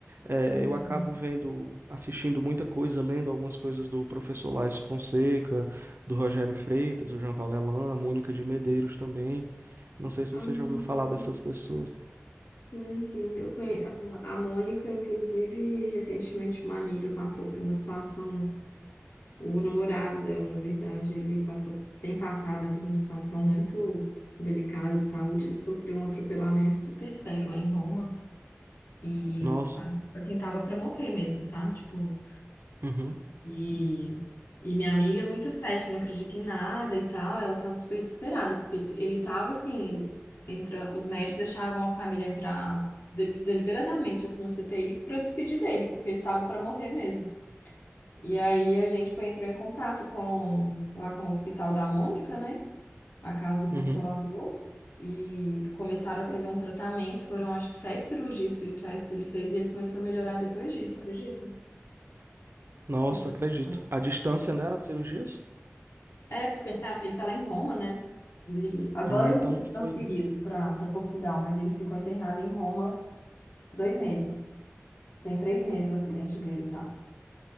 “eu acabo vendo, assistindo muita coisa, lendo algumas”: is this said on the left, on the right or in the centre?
Right